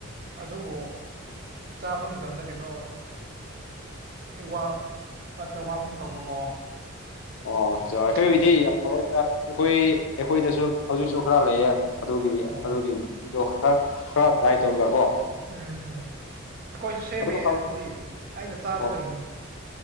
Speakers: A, on the right (about 45°); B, on the left (about 65°).
A: ꯑꯗꯨꯕꯨ ꯆꯥꯕ ꯃꯇꯝꯗ ꯀꯩꯅꯣ ꯋꯥ ꯋꯥꯇꯥ ꯋꯥꯠꯀꯨꯝ ꯇꯧꯕꯀꯣ
B: ꯑꯣ ꯆꯥ ꯑꯩꯈꯣꯏꯕꯨꯗꯤ
A: ꯑꯗꯨꯒꯤꯅꯦ
B: <unintelligible> ꯑꯈꯣꯏ ꯑꯦꯡꯈꯣꯏꯗꯁꯨ ꯍꯧꯖꯤꯛꯁꯨ ꯈꯔ ꯂꯩꯌꯦ ꯑꯗꯨꯒꯤ
A: ꯑꯣ
B: ꯑꯗꯨꯒꯤꯗꯣ ꯈꯔ ꯈꯔ ꯇ꯭ꯔꯥꯏ ꯇꯧꯔꯒ ꯀꯣ
A: ꯎꯝ ꯎꯝ ꯑꯩꯈꯣꯏꯁꯨ ꯁꯦꯝꯃꯦ
B: ꯑꯗꯨꯝ ꯍꯥꯎ
A: ꯑꯗꯨꯗꯤ ꯑꯩꯅ ꯆꯥꯗꯕꯒꯤꯅꯤ
B: ꯑꯣ